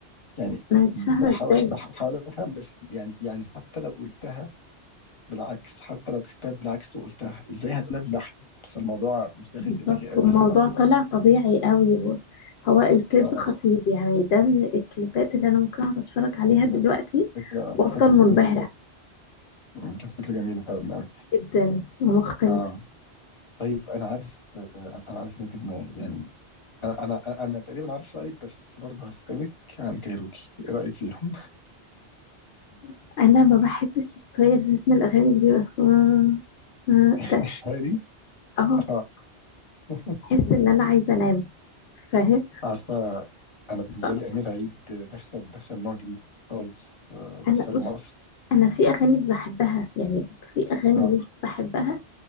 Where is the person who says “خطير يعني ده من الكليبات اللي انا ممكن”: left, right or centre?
Left